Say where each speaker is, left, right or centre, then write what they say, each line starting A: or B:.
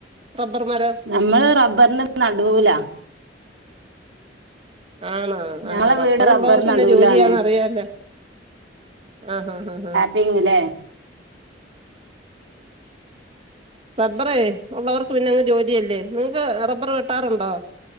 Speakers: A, on the right; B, on the right.
A: റബ്ബർ മരം
B: ഞമ്മള് റബ്ബറിന്റെ നടൂലാ
A: ആണോ?
B: ഞങ്ങളെ
A: ആ ആഹ് റബ്ബർ
B: വീട്
A: ഉള്ളവർക്ക്ന്നെ
B: നടൂലാണ്
A: ജോലിയാന്ന് അറിയാല്ലേ ആഹ് ആ ഹാ
B: തിന്നൂല്ലേ
A: റബ്ബറേ ഉള്ളവർക്ക് പിന്ന അങ്ങ് ജോലിയല്ലേ നിങ്ങക്ക് റബ്ബർ വെട്ടാറുണ്ടോ